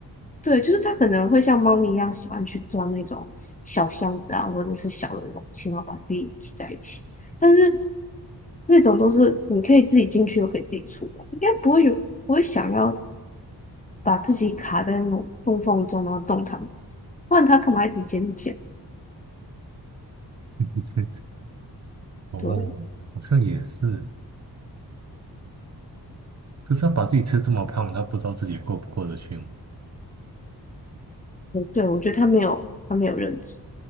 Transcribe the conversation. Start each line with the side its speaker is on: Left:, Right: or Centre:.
Left: 对，就是它可能会像猫咪一样喜欢去钻那种小箱子啊，或者是小的容器，然后把自己挤在一起。但是那种都是你可以自己进去，又可以自己出来，应该不会有不会想要把自己卡在那种缝缝中，然后动弹不得不然它干嘛一直捡捡？
Right: <laughs> 哦，
Left: 对，
Right: 好像也是，可是它把自己吃这么胖，它不知道自己过不过得去吗？
Left: 嗯对，我觉得它没有它没有认知，